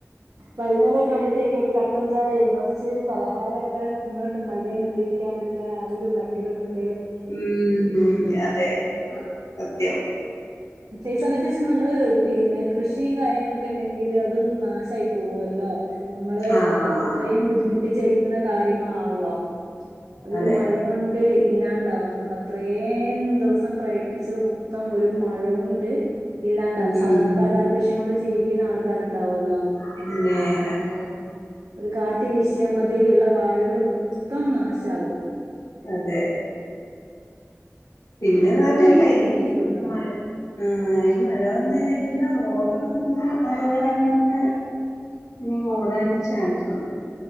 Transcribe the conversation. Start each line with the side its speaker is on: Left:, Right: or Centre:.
Right: വൈന്നേരക് കാവുമ്പത്തേക് ഒലു കട്ടം ചായേം കൊറ്ച്ച് പലഹാരക്കെ തിന്നാണ്ട് മഴെമ് കണ്ടിരിക്കാനൊക്ക കാ അതൊരു ഭയങ്കെരെ പ്രത്
Left: ഉം അതെ സത്യം
Right: ചെയ് സമേത് ച്ച് നമ്മള് പിന്നെ കൃഷിം കാര്യങ്ങളൊക്കെ ണ്ടെങ്കില് അതും നാശായി പോവൊല്ലോ നമ്മള്
Left: ആഹ്
Right: അത്രേം ബുദ്ധിമുട്ടി ചെയ്യ്ന്ന കാര്യങ്ങളാള്ളോ അതൊരു
Left: അതെ
Right: മഴ കൊണ്ട് ഇല്ലാണ്ടാവും നമ്മൾ അത്രേം ദിവ്സം പ്രയത്നിച്ചത് മൊത്തം ഒരു മഴ കൊൺ ണ്ട് ഇല്ലാണ്ടാവും
Left: ഉം
Right: സാധാരണക്കാരാ കൃഷിം കൊണ്ട് ജീവിക്കുന്ന ആൾക്കാരിണ്ടാവല്ലോ
Left: പിന്നേ അത്
Right: ഒര് കാറ്റ് വീശ്യാ മതി ഇള്ള വാഴകള് മൊത്തം നാശാവും
Left: അതെ പിന്നത്
Right: അങ്ങനെയുള്ള
Left: തന്നെയല്ല
Right: ആ ബുദ്ധിമുട്ടുണ്ടാവും
Left: ഈ മ ആഹ് ഈ മഴ വന്ന്കഴിഞ്ഞാ പിന്നെ റോഡ്തും അപകടങ്ങളൊക്കെ ഇഞ്ഞി കൂടാനും ചാൻസൊണ്ട്